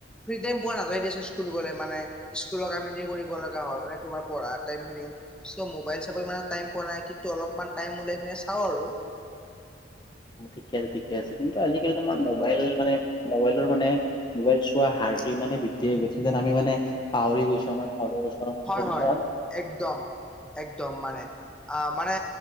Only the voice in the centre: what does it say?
ফ্ৰী টাইম পোৱা নাযায় দিয়ছো, স্কুল গ'লে মানে, স্কুলৰ কামখিনি কৰিব লগা হ'ল। পঢ়া টাইমখিনি, চো মোবাইল চাবলে ইমান টাইম পোৱা নাই, কিন্ত অলপমান টাইম উলাই কিনে চাওঁ আৰু <inaudible>
হয়,
হয়,
একদম, একদম মানে অ', মানে